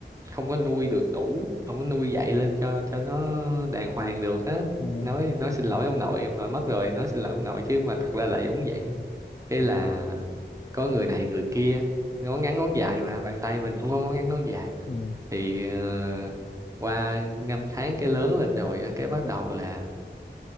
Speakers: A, on the right (about 15°); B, on the left (about 40°).
A: không có nuôi được đủ không có nuôi dạy lên cho cho nó đàng hoàng được á
B: ừ,
A: nói nói xin lỗi ông nội ông nội mất rồi nói xin lỗi ông nội chứ mà thật ra là giống vậy cái
B: ừ,
A: là có người này người kia ngón ngắn ngón dài mà bàn tay mình cũng có ngón ngắn ngón dài mà
B: ừ,
A: thì ờ, qua năm tháng cái lớn lên rồi á, cái bắt đầu là